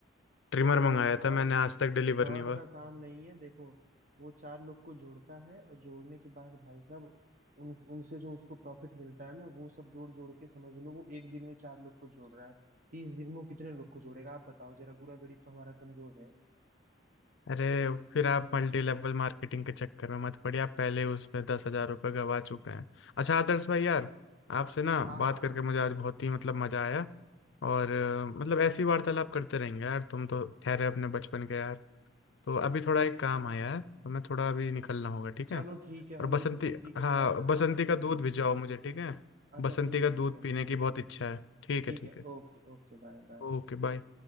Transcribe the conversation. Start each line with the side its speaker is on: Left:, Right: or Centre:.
Left: ट्रिमर
Right: देखो यार
Left: मंगाया
Right: फ्रॉड
Left: था मैंने
Right: का
Left: आज तक डिलीवर
Right: फ्रॉड
Left: नहीं हुआ
Right: का काम नहीं है देखो वो चार लोग को जोड़ता है और जोड़ने के बाद भाई साहब उन उनसे जो उसको प्रॉफिट मिलता है ना वो सब जोड़ जोड़ के समझ लो वो एक दिन में चार लोग को जोड़ रहा है तीस दिन में वो कितने लोग को जोड़ेगा आप बताओ जरा गुरा गणित तो हमारा कमजोर है
Left: अरे फिर आप मल्टी लेवल मार्केटिंग के चक्कर में मत पड़िए आप पहले ही उसमें दस हजार रुपये गवा चुके हैं अच्छा आदर्श भाई यार आपसे ना
Right: हाँ हाँ
Left: बात करके
Right: हाँ।
Left: मुझे आज बहुत ही मतलब मजा आया और अ, मतलब ऐसी वार्तालाप करते रहेंगे यार तुम तो ठहरे अपने बचपन के यार तो अभी थोड़ा एक काम आया है तो मैं थोड़ा अभी निकलना होगा ठीक
Right: चलो
Left: है
Right: ठीक है
Left: और
Right: हम
Left: बसंती
Right: भी बसंती को
Left: हाँ
Right: थोड़ा नहला
Left: बसंती
Right: लेते
Left: का दूध
Right: हैं
Left: भिजवाओ मुझे ठीक है
Right: अच्छा
Left: बसंती
Right: ठीक है
Left: का दूध
Right: ठीक है
Left: पीने की बहुत इच्छा है ठीक
Right: ठीक
Left: है ठीक
Right: है
Left: है
Right: ओके ओके बाय बाय
Left: Okay bye